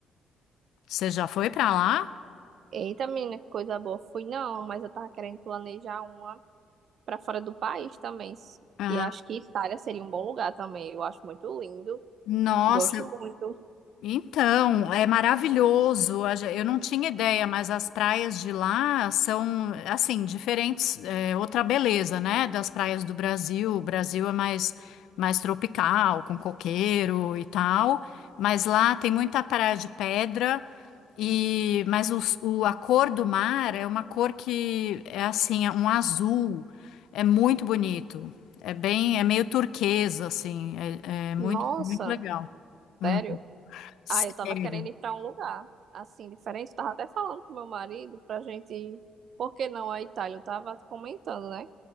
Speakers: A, on the left; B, on the right.
A: Você já foi para lá?
B: Eita, menina, que coisa boa. Fui não, mas eu tava querendo planejar uma pra fora do país também.
A: Ah,
B: E acho que Itália seria um bom lugar também. Eu acho muito lindo,
A: nossa,
B: gosto muito.
A: Então, é maravilhoso. A gen- Eu não tinha ideia, mas as praias de lá são, assim, diferentes. É outra beleza, né? Das praias do Brasil. O Brasil é mais, mais tropical, com coqueiro e tal. Mas lá tem muita praia de pedra. E, mas os- o, a cor do mar é uma cor que é assim, é um azul. É muito bonito. É bem, é meio turquesa, assim. É, é muito,
B: Nossa,
A: muito legal. Hum,
B: sério?
A: sério.
B: Ah, eu tava querendo ir pra um lugar assim diferente. Tava até falando com meu marido pra gente, ir. por que não a Itália? Eu tava comentando, né?